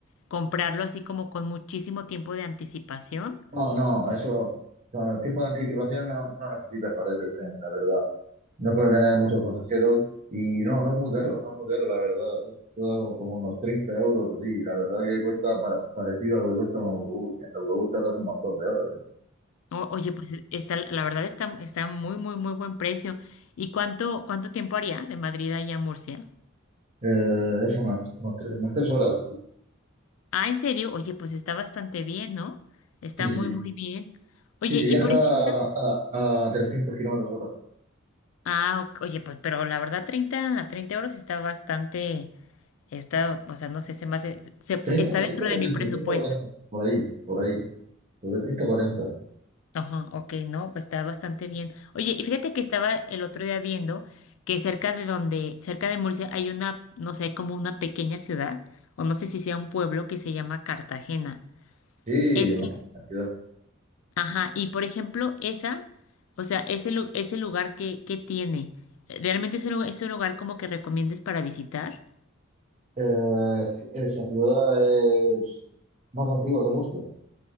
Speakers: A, on the left; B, on the right.
A: comprarlo así como con muchísimo tiempo de anticipación?
B: No, no, eso con el tiempo de anticipación no, no necesitas para ese tren, la verdad. No suele tener muchos pasajeros y no, no es muy caro, no es muy caro, la verdad. Cuesta como unos 30 euros así, la verdad que cuesta para, parecido a lo que cuesta un autobús. Y en el autobús tardas un montón de horas, ¿eh?
A: O- oye, pues e- está, la verdad está, está muy, muy, muy buen precio. ¿Y cuánto, cuánto tiempo haría de Madrid allá a Murcia?
B: Eh, eso, unas, unas tres, unas tres horas o así.
A: Ah, ¿en serio? Oye, pues está bastante bien, ¿no? Está
B: Sí, sí,
A: muy,
B: sí.
A: muy bien. Oye,
B: Sí, sí, viaja
A: y por ejemplo,
B: a, a trescientos kilómetros hora.
A: Ah, ok, oye, pues, pero la verdad, 30 a 30 euros está bastante, está, o sea, no sé, se me hace, se-
B: treinta
A: está dentro
B: 30 40,
A: de mi presupuesto.
B: 30, 40. Por ahí, por ahí. Sobre treinta cuarenta
A: Ajá, ok, no, pues está bastante bien. Oye, y fíjate que estaba el otro día viendo que cerca de donde, cerca de Murcia hay una, no sé, como una pequeña ciudad, o no sé si sea un pueblo que se llama Cartagena.
B: Sí,
A: Es,
B: no,
A: el-
B: la ciudad.
A: ajá, y por ejemplo, esa, o sea, ese, lu- ese lugar que, que tiene, ¿realmente es un, lu- es un lugar como que recomiendes para visitar?
B: Eh, esa ciudad es más antigua que Murcia.